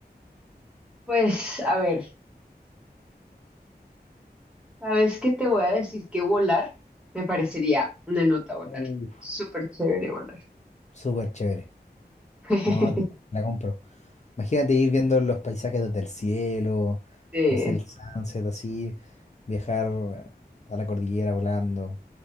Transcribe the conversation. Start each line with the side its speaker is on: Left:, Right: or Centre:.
Centre: pues a ver, ¿sabes qué te voy a decir? Que volar me parecería una nota volar.
Left: Uh,
Centre: Súper chévere volar.
Left: súper chévere.
Centre: <laughs>
Left: No, la compro. Imagínate ir viendo los paisajes desde el cielo,
Centre: Sí,
Left: no sé, el sunset así, viajar eh, a la cordillera volando.